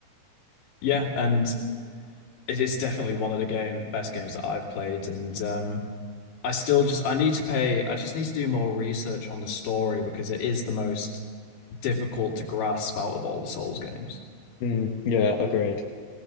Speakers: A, on the left; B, on the left.
A: Yeah, and it is definitely one of the game best games that I've played, and um, I still just I need to pay. I just need to do more research on the story because it is the most difficult to grasp out of all the Souls games.
B: Mm, yeah, agreed.